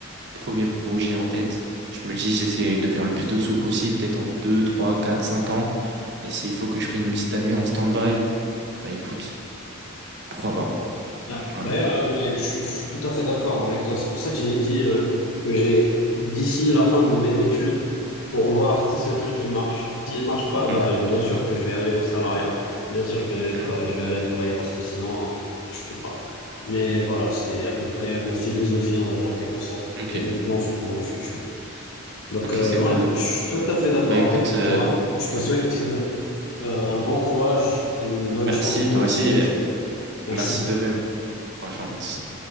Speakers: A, on the right (about 50°); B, on the left (about 70°).
A: premier projet en tête. Je me dis, j'essaie de faire le plus de sous possible, peut-être en 2, 3, 4, 5 ans. Et s'il faut que je prenne une petite année en stand-by, bah écoute, pourquoi pas.
B: Ouais.
A: Voilà.
B: D'ailleurs, euh, mais je, suis je suis tout à fait d'accord avec toi. C'est pour ça que j'ai dit euh, que j'ai d'ici la fin de mes études pour voir si ce truc il marche. S'il marche pas,
A: Hmm.
B: bah, bien sûr que je vais aller au salariat. Bien sûr que j'allais tra-
A: Ouais.
B: je vais aller travailler parce que sinon, euh, je peux pas. Mais voilà, c'est à peu près ma philosophie, on va dire en quelque sorte,
A: Ok.
B: et mes plans pour le futur. Donc,
A: Ok,
B: euh,
A: c'est cool.
B: ouais, je suis tout à fait d'accord
A: Bah écoute,
B: avec
A: euh,
B: toi. Je te
A: ouais.
B: souhaite euh, euh, un bon courage et une bonne
A: Merci,
B: chance pour
A: toi
B: la
A: aussi.
B: suite.
A: euh,
B: Merci.
A: Merci de même. Franchement, pas de souci.